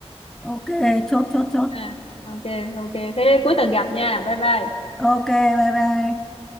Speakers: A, in the centre; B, on the left.
A: ok chốt chốt chốt
B: à ok ok thế cuối tuần gặp nha bye bye
A: ok bye bye